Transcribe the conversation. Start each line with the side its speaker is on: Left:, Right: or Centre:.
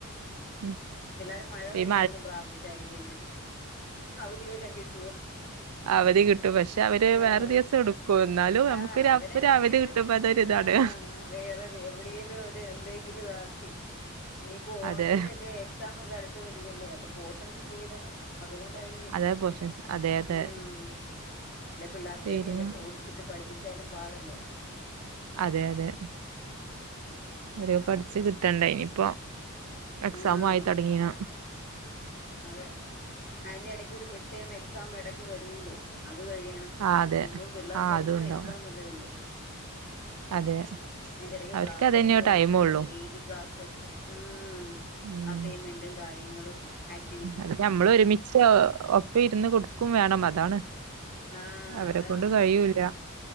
Right: ഉം
Left: പിള്ളേര് മഴ
Right: ഇപ്പൊ
Left: വരുന്നൂന്ന്
Right: ഈ
Left: പ്രാർത്ഥിച്ചായിരിക്കുന്നെ അവധിവെല്ലോം കിട്ടുവോ.
Right: അവധി കിട്ടും പക്ഷെ അവര്
Left: ആഹ്
Right: വേറെ ദിവസം എടുക്കും. എന്നാലും നമുക്കൊരു
Left: ആഹ് അവരെങ്ങനെയേലും
Right: ഒരു അവധി കിട്ടുമ്പോ അതൊരു ഇതാണ്.
Left: ആഹ് വേറെത് എവിടേലും അവര് എന്തെങ്കിലും കാ ആക്കി ഇനിയിപ്പോ ഓണത്തിന്റെ
Right: അതെ
Left: ഒക്കെ എക്സാം ഒക്കെ അടുത്ത് വരൂവല്ലേ അപ്പം പോഷൻസ് തീരണം. അതുകൊണ്ടായിരിക്കും
Right: അതെ പോഷൻസ് അതെ അതെ
Left: ഉം. അല്ല പിള്ളേർക്ക്
Right: തീരുമാ
Left: തന്നെയല്ലേ ഓടിച്ചിട്ട് പഠിപ്പിച്ചാലും പാടല്ലേ.
Right: അതെ അതെ ഓര് പഠച്ചു കിട്ടണ്ടേ ഇനിയിപ്പോ എക്സാമായി
Left: ആഹ്
Right: തൊടങ്ങീന
Left: അതെ അതിന്റെ ഇടക്ക് ഒരു മിഡ്ടേം എക്സാമ് ഇടക്ക് വരൂല്ലോ. അത് കഴിയണം.
Right: ആ അതെ
Left: ഇപ്പം പിള്ളേർക്ക്
Right: ആ
Left: എന്നും
Right: അതും ഉണ്ടാവും.
Left: എക്സാം അല്ലേയുള്ളൂ.
Right: അതെ
Left: അതിന്റെ ഇടയ്ക്ക്
Right: അവർക്ക്
Left: ക്ലാസ്
Right: അതന്നെ
Left: ടെസ്റ്റുകൾ
Right: ടൈമ്
Left: എന്നും
Right: ഉള്ളൂ.
Left: ഡെയിലി ക്ലാസ് ടെസ്റ്റ് ഉം
Right: ഉം
Left: അസൈൻമെന്റും കാര്യങ്ങളും ആക്ടിവിറ്റി
Right: അത് നമ്മൾ ഒരുമിച്ച് ഒപ്പം ഇരുന്ന് കൊടുക്കും വേണം. അതാണ്
Left: ആ
Right: അവരെ
Left: അതാണ്
Right: കൊണ്ട് കഴിയൂല.